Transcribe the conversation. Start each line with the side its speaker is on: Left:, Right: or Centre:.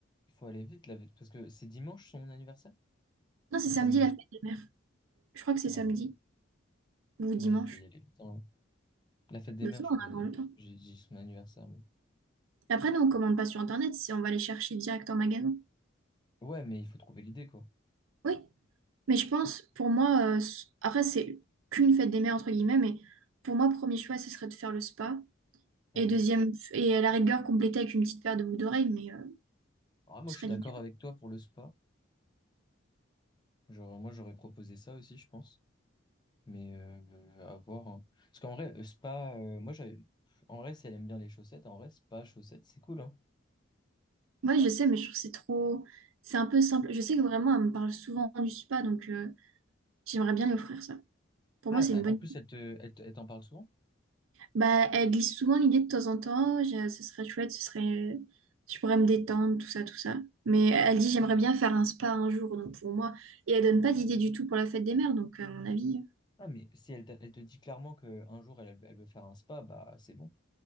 Left: il faut aller vite, là, parce que c'est dimanche son anniversaire?
Right: Non, c'est
Left: Ou
Right: samedi
Left: samedi?
Right: la fête des mères. Je crois que c'est
Left: Ah
Right: samedi
Left: ouais.
Right: ou dimanche.
Left: Non, il faut y aller vite. hein. La fête des
Right: Bah
Left: mères,
Right: ça,
Left: je
Right: on
Left: voulais
Right: a
Left: dire.
Right: encore le temps.
Left: J'ai dit son anniversaire, mais...
Right: Après, nous, on commande pas sur Internet, c'est on va les chercher direct en magasin.
Left: Ouais, mais il faut trouver l'idée, quoi.
Right: Oui, mais je pense, pour moi, euh, s- après, c'est qu'une fête des mères, entre guillemets, mais pour moi, premier choix, ce serait de faire le spa.
Left: Hmm.
Right: Et deuxième, et à la rigueur, compléter avec une petite paire de boucles d'oreilles, mais euh,
Left: Ah, moi,
Right: ce
Left: je
Right: serait
Left: suis d'accord
Right: l'idéal.
Left: avec toi pour le spa. Genre, moi, j'aurais proposé ça aussi, je pense. Mais euh, à voir. hein. Parce qu'en vrai, euh, spa, euh, moi, j'avais... En vrai, si elle aime bien les chaussettes, en vrai, spa, chaussettes, c'est cool, hein.
Right: Ouais, je sais, mais je trouve que c'est trop. C'est un peu simple. Je sais que vraiment, elle me parle souvent du spa, donc euh, j'aimerais bien lui offrir ça. Pour
Left: Ah,
Right: moi, c'est une
Left: euh,
Right: bonne
Left: en plus,
Right: idée.
Left: elle te, elle te- elle t'en parle souvent?
Right: Bah, elle glisse souvent l'idée de temps en temps. Je- Ce serait chouette, ce serait. Je pourrais me détendre, tout ça, tout ça. Mais elle dit, j'aimerais bien faire un spa un jour, donc pour moi. Et elle donne pas d'idée du tout pour la fête des mères, donc à mon avis. euh,
Left: Ah, mais si elle, te- elle te dit clairement qu'un jour, elle, elle veut faire un spa, bah, c'est bon.